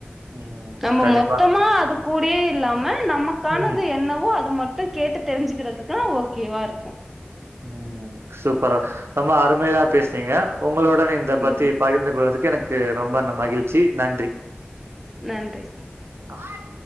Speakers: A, on the right (about 85°); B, in the centre.
A: ம்
B: நம்ம
A: கண்டிப்பா
B: மொத்தமா அது கூடயே இல்லாம நமக்கானது
A: ம்
B: என்னவோ அ து மட்டு கேட்டு தெரிஞ்சுக்கிறதுக்லா ஓகேவா இருக்கு
A: ம் சூப்பரு ரொம்ப அருமையா பேசுனீங்க உங்களுடன் இந்த பத்தி
B: ம்
A: பகிர்ந்து கொண்டதுக்கு எனக்கு ரொம்ப ந மகிழ்ச்சி நன்றி
B: நன்றி
A: ஹாய்